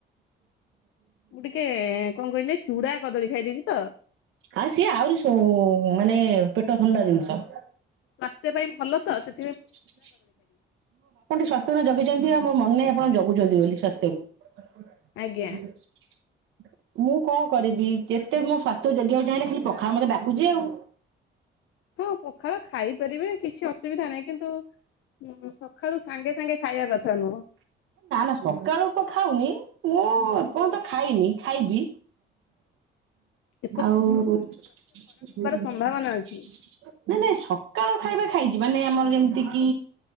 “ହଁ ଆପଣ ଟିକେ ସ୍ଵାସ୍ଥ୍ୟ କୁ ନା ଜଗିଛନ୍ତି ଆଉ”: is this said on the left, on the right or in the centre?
Right